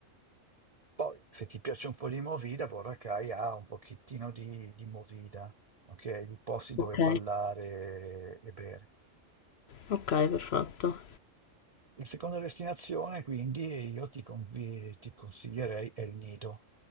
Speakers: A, on the right (about 45°); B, on the left (about 60°).
A: poi se ti piace un po' di Movida, Boracay ha un pochettino di, di Movida, ok? Di posti dove
B: Ok,
A: ballare e bere.
B: ok, perfetto.
A: La seconda destinazione, quindi, io ti, con- vi- ti consiglierei El Nido,